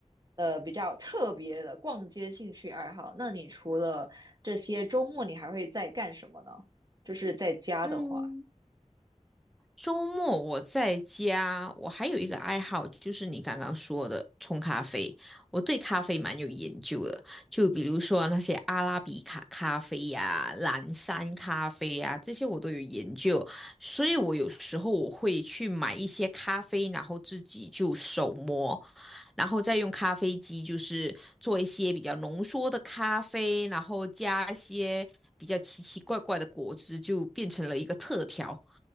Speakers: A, on the right (about 30°); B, in the centre.
A: 呃，比较特别的逛街兴趣爱好，那你除了这些周末，你还会在干什么呢？就是在家的话，
B: 嗯。周末我在家，我还有一个爱好，就是你刚刚说的冲咖啡。我对咖啡蛮有研究的，就比如说那些阿拉比卡咖啡呀、蓝山咖啡呀、这些我都有研究。所以我有时候我会去买一些咖啡，然后自己就手磨，然后再用咖啡机就是做一些比较浓缩的咖啡，然后加一些比较奇奇怪怪的果汁，就变成了一个特调。